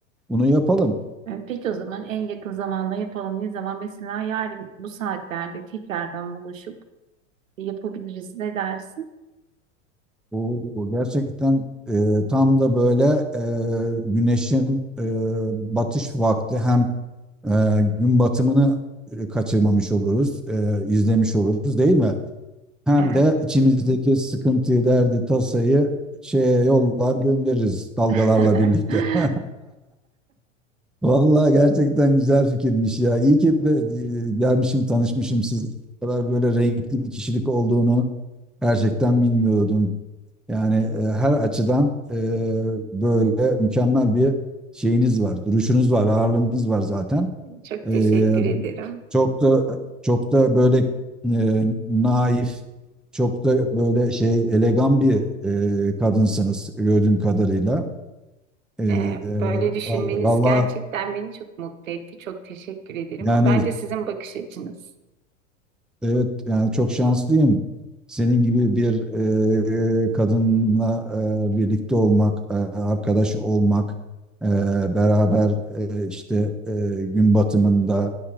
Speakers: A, in the centre; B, on the right (about 85°).
A: Bunu yapalım.
B: Peki o zaman en yakın zamanda yapalım. Ne zaman? Mesela yarın bu saatlerde tekrardan buluşup yapabiliriz. Ne dersin?
A: Oo, gerçekten e, tam da böyle e, güneşin e, batış vakti hem e, gün batımını e, kaçırmamış oluruz, e, izlemiş oluruz değil mi? Hem
B: Evet.
A: de içimizdeki sıkıntıyı, derdi, tasayı şeye yollar göndeririz dalgalarla
B: <laughs>
A: birlikte. <laughs> Vallahi gerçekten güzel fikirmiş ya. İyi ki be- e, gelmişim, tanışmışım sizle. Bu kadar böyle renkli bir kişilik olduğunu gerçekten bilmiyordum. Yani e, her açıdan e, böyle mükemmel bir şeyiniz var, duruşunuz var, ağırlığınız var zaten.
B: Çok
A: E,
B: teşekkür ederim.
A: çok da çok da böyle e, naif, çok da böyle şey elegan bir e, kadınsınız gördüğüm kadarıyla. E, e,
B: Ee, böyle düşünmeniz
A: vallahi
B: gerçekten beni çok mutlu etti. Çok teşekkür ederim.
A: yani
B: O bence sizin bakış açınız.
A: Evet yani çok şanslıyım. Senin gibi bir e, e, kadınla e, birlikte olmak, e, arkadaş olmak, e, beraber e, işte e, gün batımında